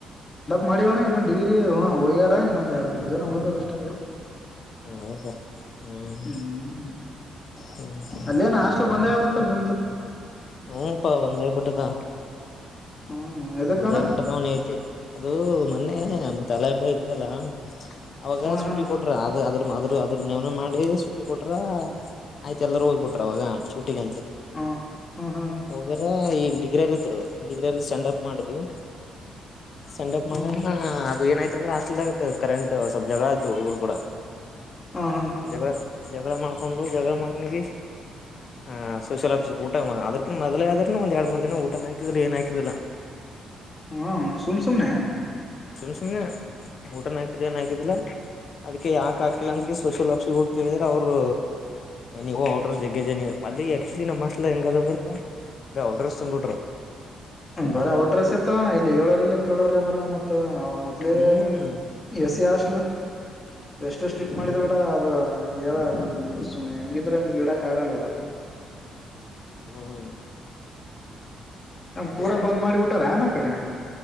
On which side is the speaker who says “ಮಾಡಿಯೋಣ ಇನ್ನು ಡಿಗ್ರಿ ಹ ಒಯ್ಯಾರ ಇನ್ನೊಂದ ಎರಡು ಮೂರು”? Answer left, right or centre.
Left